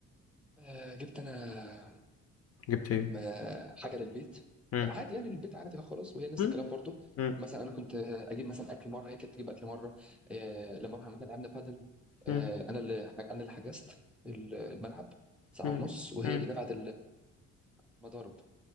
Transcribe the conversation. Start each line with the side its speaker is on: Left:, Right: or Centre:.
Centre: آه، جبت انا
Left: جبت إيه
Centre: كم آه، حاجه للبيت
Left: مم.
Centre: عادي يعني البيت عادي خلاص وهي نفس
Left: مم.
Centre: الكلام برضو
Left: مم.
Centre: مثلا انا كنت آه، اجيب مثلا اكل مره هي كانت تجيب اكل مره آه، لما رحنا مثلا لعبنا بادل
Left: مم.
Centre: آه، انا اللي انا اللي حجزت الملعب ساعه
Left: مم.
Centre: ونص وهي
Left: مم.
Centre: اللي دفعت المضارب